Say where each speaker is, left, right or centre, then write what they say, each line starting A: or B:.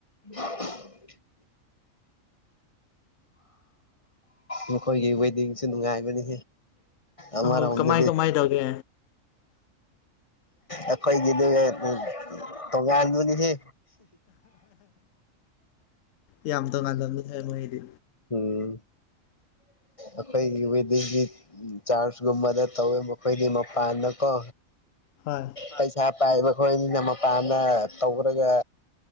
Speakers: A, on the left; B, on the left.
A: <inaudible> ꯃꯈꯣꯏꯒꯤ ꯋꯦꯗꯤꯡꯁꯨ ꯅꯨꯡꯉꯥꯏꯕꯅꯤ ꯑꯔ
B: ꯑꯣ
A: ꯔꯣꯝꯗꯗꯤ
B: ꯀꯃꯥꯏ ꯀꯃꯥꯏ ꯇꯧꯒꯦ
A: ꯑꯩꯈꯣꯏꯒꯤꯗꯨꯒꯥ ꯇꯣꯉꯟꯕꯅꯤꯍꯦ
B: ꯌꯥꯝ ꯇ ꯉ <unintelligible> ꯍꯥꯏ ꯃꯗꯤ
A: ꯎꯝ ꯑꯩꯈꯣꯏꯒꯤ ꯋꯤꯗꯤꯡꯗꯤ ꯆꯥꯔꯖꯀꯨꯝꯕꯗ ꯇꯧꯋꯦꯕ ꯃꯈꯣꯏꯗꯤ ꯃꯄꯥꯟꯗ ꯆꯀꯣ
B: ꯍꯣꯏ
A: ꯄꯩꯁꯥ ꯄꯥꯏꯕ ꯈꯣꯏꯅꯤꯅ ꯃꯄꯥꯟꯗ ꯇꯧꯈꯔꯒ